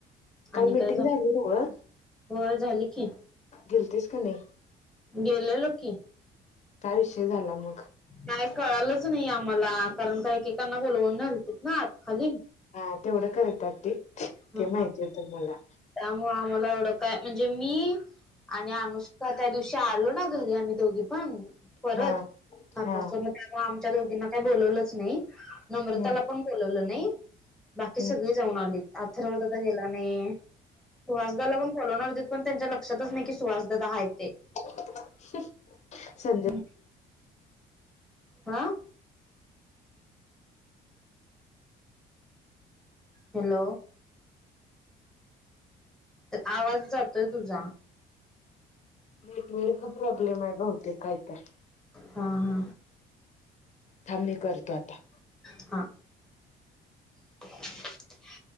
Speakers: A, on the left (about 45°); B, in the centre.
A: काल
B: आणि
A: मिटिंग
B: काय झा-
A: झाली नव्ह
B: होय झाली की.
A: गेलतीस का नाही?
B: गेलेलो की.
A: काय विषय झाला मग.
B: काय कळालंच नाही आम्हाला. कारण का एकेएकांना बोलवून नेलते ना आत खाली.
A: हा तेवढं करता ते. ते
B: ह
A: माहिती होतं मला.
B: त्यामुळे आम्हाला एवढं काय, म्हणजे मी आणि अनुष्क का त्या दिवशी आलो ना घरी आम्ही दोघी पण. परत
A: हा
B: फार्मासवरन
A: हा
B: त्यामुळ आमच्या दोघींना काही बोलावलंच नाही. नम्रताला
A: हम्म
B: पण बोलवलं नाही. बाकी
A: हम्म
B: सगळी जाऊन आलीत. अथर्व दादा गेला नाही. सुहासदाला पण बोलणार होते. पण त्यांच्या लक्षातच नाही की सुहासदादा हाहेत ते.
A: <inaudible> संध
B: <inaudible> अ. हॅलो. आवाज जातोय तुझा.
A: नेटवर्क प्रॉब्लेम आहे बहुतेक काहीतर
B: हा हा
A: थांब मी करतो आता
B: हा <unintelligible>